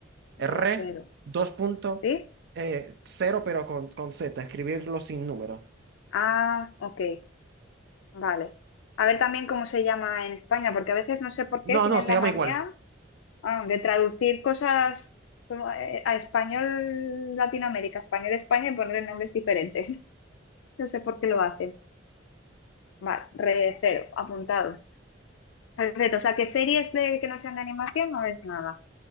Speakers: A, on the left (about 80°); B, on the right (about 60°).
A: Recero,
B: R, dos punto,
A: ¿sí?
B: eh, cero, pero con, con Z, escribirlo sin número.
A: Ah, ok, vale. A ver también cómo se llama en España, porque a veces no sé por
B: No,
A: qué tienen
B: no, se
A: la
B: llama
A: manía
B: igual.
A: ah, de traducir cosas como, eh, a español Latinoamérica, español España y ponerle nombres diferentes. <laughs> No sé por qué lo hacen. Vale, recero, apuntado. Perfecto, o sea, que series de que no sean de animación no ves nada.